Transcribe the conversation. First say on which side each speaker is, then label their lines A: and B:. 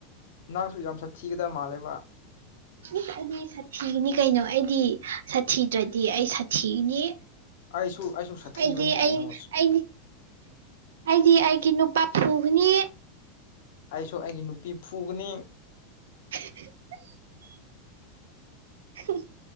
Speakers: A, on the left; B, on the right.
A: ꯅꯪꯁꯨ ꯌꯥꯝ ꯁꯥꯠꯊꯤꯒꯗꯕ ꯃꯥꯜꯂꯦꯕ
B: ꯏꯁ ꯑꯩꯗꯤ ꯁꯥꯊꯤꯅꯤ ꯀꯩꯅꯣ ꯑꯩꯗꯤ ꯁꯥꯊꯤꯗ꯭ꯔꯗꯤ ꯑꯩ ꯁꯥꯊꯤꯅꯤ
A: ꯑꯩꯁꯨ ꯑꯩꯁꯨ ꯁꯥꯊꯤꯕꯅꯦ
B: ꯑꯩꯗꯤ
A: ꯀꯩꯅꯣ
B: ꯑꯩ ꯑꯩꯗꯤ ꯑꯩꯗꯤ ꯑꯩꯒꯤ ꯅꯨꯄꯥ ꯐꯨꯒꯅꯤ
A: ꯑꯩꯁꯨ ꯑꯩꯒꯤ ꯅꯨꯄꯤ ꯐꯨꯒꯅꯤ
B: <inaudible> ꯎꯝ